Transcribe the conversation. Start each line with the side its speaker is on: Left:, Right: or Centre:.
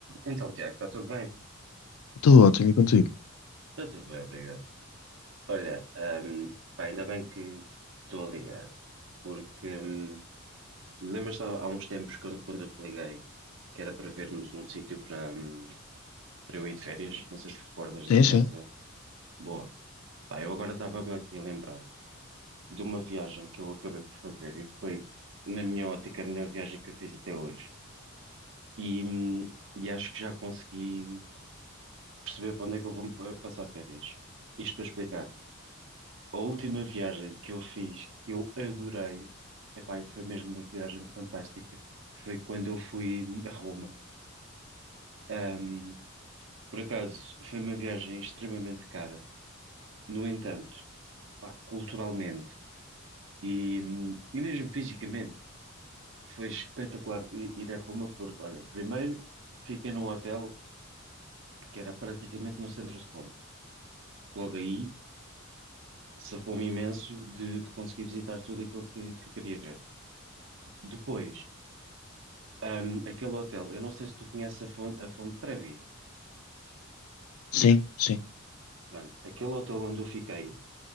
Right: Então, Tiago, está tudo bem?
Left: Tudo ótimo e contigo?
Right: Está tudo bem, obrigado. Olha, hum, pá, ainda bem que estou a ligar, porque hum, lembras-te há, há uns tempos quando, quando eu te liguei que era para vermos um sítio para, hum, para eu ir de férias? Não sei se te recordas da-
Left: Sim,
Right: dessa.
Left: sim.
Right: Boa. Pá, eu agora estava-me aqui a lembrar de uma viagem que eu acabei por fazer e foi, na minha ótica, a melhor viagem que eu fiz até hoje. E, hum, e acho que já consegui perceber para onde é que eu vou pa- passar férias. Isto para explicar. A última viagem que eu fiz, que eu adorei, epá, e foi mesmo uma viagem fantástica, foi quando eu fui a Roma. Ahm, por acaso, foi uma viagem extremamente cara, no entanto, pá, culturalmente e, hum, e mesmo fisicamente, foi espetacular i- ir a Roma, porque, olha, primeiro fiquei num hotel que era praticamente no centro de Roma. Logo aí, safou-me imenso de, de conseguir visitar tudo aquilo que, que queria ver. Depois. Ahm, aquele hotel, eu não sei se tu conheces a Fonte, a Fonte Trevi.
Left: Sim, sim.
Right: Pronto, aquele hotel onde eu fiquei